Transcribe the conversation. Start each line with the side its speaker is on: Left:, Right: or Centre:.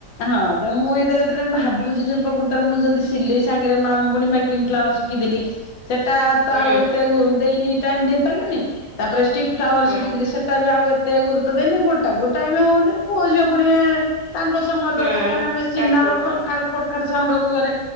Left: ହଁ ତେଣୁ ମୁଁ ଏଇତ ଯେଳେ ଭାବୁଛିି ଯେ ପ୍ରକୃତରେ ମୁଁ ଯଦି ସିଲେଇ ସାଙ୍ଗରେ ମାମୁଣି ମେକିଙ୍ଗ ଫ୍ଲାୱାର ଶିଖିଥିଲି। ସେଟା ତ
Right: ହୁଁ
Left: ଆଉ ଏତେ ଦେଇନି ଟାଇମ ଦେଇ ପାରିଲନି ତାପରେଷ୍ଟିକ ଫ୍ଲାୱର
Right: ଉଁ
Left: ଶିକଖି ସେଟା ବି ଆଉ ଏତ କେତେ ଗୁରୁତ୍ୱ ଦେଇନି ଗୋଟାକୁ ଟାଇମ ହୋଉନି ପୁଅଝଅ ପୁଣି ତାଙ୍କ ସମୟ
Right: ହୁଁ।
Left: ଦରକାର କାହିଁକିନା ମେସିନ୍
Right: ତାଙ୍କ
Left: ଟା ଆମର
Right: ସମ
Left: ଖଡ ଖାଡ ଖଡ ଖାଡ ସାଉଣ୍ଡ ହବ ଘରେ।